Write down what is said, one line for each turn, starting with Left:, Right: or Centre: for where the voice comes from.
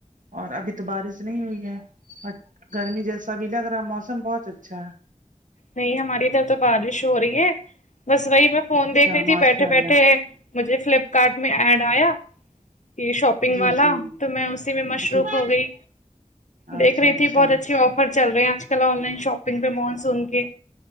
Right: اور ابھی تو بارش نہیں ہوئی ہے گرمی جیسا ابھی لگ رہا موسم بہت اچھا ہے
Left: نہیں ہماری ادھر تو بارش ہو رہی ہے بس وہی میں فون
Right: اچھا
Left: دیکھ رہی تھی
Right: ماشاء
Left: بیٹھے
Right: اللہ
Left: بیٹھے مجھے فلپکارٹ میں ایڈ آیا یہ شاپنگ
Right: جی
Left: والا
Right: جی
Left: تو میں اسی میں مصروف
Right: جی
Left: ہو گئی
Right: اچھا
Left: دیکھ رہی
Right: اچھا
Left: تھی بہت اچھے آفر چل رہے ہیں آج کل آن لائن شاپنگ پہ مانسون کے